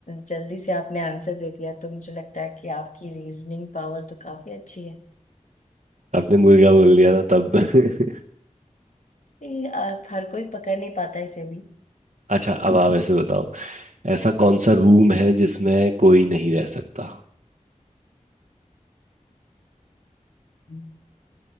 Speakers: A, on the left; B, on the right.
A: जल्दी से आपने आंसर दे दिया तो मुझे लगता है कि आपकी रीजनिंग पावर तो काफी अच्छी है
B: आपने मुर्गा बोल दिया ना तब <laughs>
A: ये, अ, हर कोई पकड़ नहीं पाता इसे भी
B: अच्छा अब आप ऐसे बताओ ऐसा कौन सा रूम है जिसमें कोई नहीं रह सकता
A: हम्म,